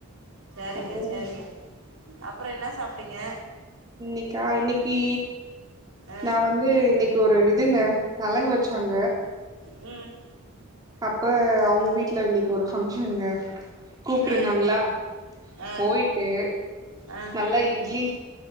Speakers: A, on the right; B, on the right.
A: சேரிங்க
B: அப்றோங்க
A: சேரிங்க அப்பற என்ன சாப்ட்டீங்க
B: இன்னைக்கா இன்னைக்கு
A: ஆ
B: நா வந்து இன்னைக் கு ஒரு இதுங்க நலங்கு வெச்சாங்க
A: ம்
B: அப்ப அவ்ங்க வீட்ல இன்னைக்கு ஒரு ஃபங்க்ஷனுங்க கூப்ட்ருந்தாங்களா
A: ஆ ஆ
B: போயிட்டு
A: ஆ
B: நல்லா இட்லி